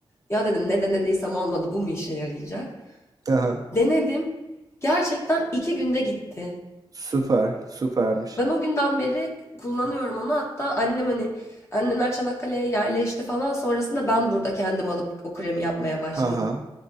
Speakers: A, on the left; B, on the right.
A: Ya dedim ne denediysem olmadı bu mu işe yarayacak?
B: Ha ha.
A: Denedim, gerçekten iki günde gitti.
B: Süper, süpermiş.
A: Ben o günden beri kullanıyorum onu. Hatta annem hani annemler Çanakkale'ye yerleşti falan. Sonrasında ben burada kendim alıp o kremi yapmaya başladım.
B: Ha ha.